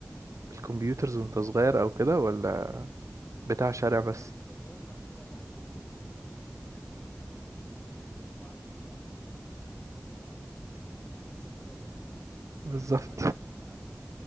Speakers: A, on the right (about 75°); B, on the left (about 20°).
A: بالكمبيوترز وانت صغير او كده ولا بتاع شارع بس
B: هسه قبل ما احكي لك عن الكمبيوترز انت بتحكي انت <laughs> كنت تطلع وتخاف من هالاشي انك تطلع وعلى ستر الرحمن
A: بالظبط
B: انا كنت اتعمد